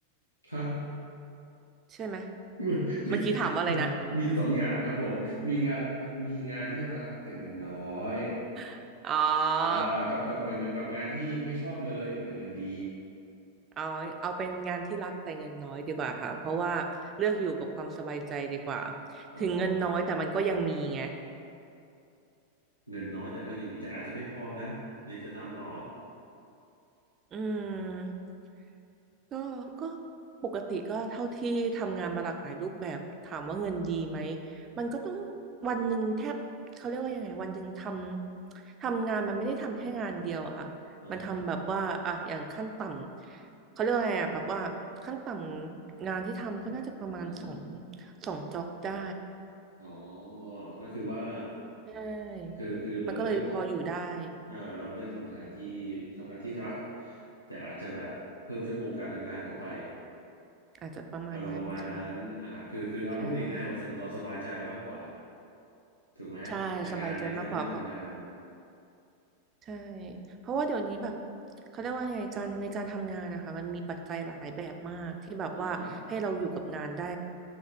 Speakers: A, on the left; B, on the right.
A: ฮะ
B: ใช่ไหม
A: <laughs> มีมี
B: เมื่อกี้ถามว่าอะไรนะ
A: <laughs> มีสองอย่างครับผมมีงานมีงานที่รักแต่เงินน้อย
B: <laughs> อ๋อ
A: อ่ากับกับกับกับงานที่ไม่ชอบเลยแต่เงินดี
B: อ๋อเอาเป็นงานที่รักแต่เงินน้อยดีกว่าค่ะเพราะว่าเลือกอยู่กับความสบายใจดีกว่า
A: อ๋อ
B: ถึงเงินน้อยแต่มันก็ยังมีไง
A: เงินน้อยแต่ก็ยังมีแต่อาจจะไม่พอนะอยากจะทำเหรอ
B: อืมก็ก็ปกติก็เท่าที่ทำงานมาหลากหลายรูปแบบถามว่าเงินดีไหมมันก็ต้องวันหนึ่งแทบเขาเรียกว่ายังไงวันหนึ่งทำทำงานมันไม่ได้ทำแค่งานเดียวอะค่ะมันทำแบบว่าอ่ะอย่างขั้นต่ำเขาเรียกว่าไงอะแบบว่าขั้นต่ำงานที่ทำก็น่าจะประมาณสอง
A: อ่าฮะอือฮึ
B: สองจ็อบได้
A: อ๋อก็คือว่า
B: ใช่
A: คือคือเราเลือกท
B: มันก็เลยพออยู่ได้
A: ำอ่าเราเลือกทำงานที่ทำงานที่รักแต่อาจจะแบบเพิ่มชั่วโมงการทำงานเข้าไป
B: อาจจะประมาณนั้นค่ะ
A: อารมณ์ประมาณนั้นอ่าคือคือเอาพูดง่ายๆว่าเราสบายใจมากกว่า
B: ใช่
A: ถูกไหมในการในการที่จะทำงาน
B: ใช่ สบายใจมากกว่าเพราะ ใช่เพราะว่าเดี๋ยวนี้แบบเขาเรียกว่าไงการในการทำงานนะคะมันมีปัจจัยหลายแบบมากที่แบบว่าให้เราอยู่กับงานได้
A: อือฮึ